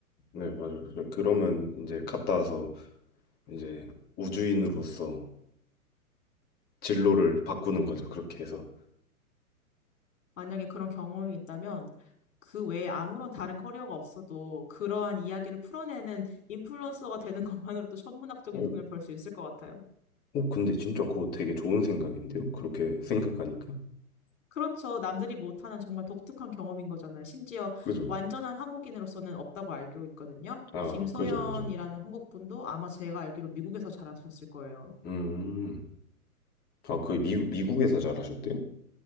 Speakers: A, on the left; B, on the left.
A: 네, 맞아요. 그래- 그러면 이제 갔다 와서 이제 우주인으로서 진로를 바꾸는 거죠. 그렇게 해서.
B: 만약에 그런 경험이 있다면 그 외에 아무런 다른 커리어가 없어도 그러한 이야기를 풀어내는 인플루언서가 되는 <laughs> 것만으로도 천문학적인
A: 어,
B: 돈을 벌 수 있을 것 같아요.
A: 어, 근데 진짜 그거 되게 좋은 생각인데요? 그렇게 생각하니까.
B: 그렇죠. 남들이 못하는 정말 독특한 경험인 거잖아요. 심지어
A: 그죠?
B: 완전한 한국인으로서는 없다고 알고 있거든요.
A: 아,
B: 김소연이라는
A: 그죠, 그죠.
B: 한국분도 아마 제가 알기로 미국에서 잘하셨을 거예요.
A: 음, 아, 그 미, 미국에서 잘하셨대요?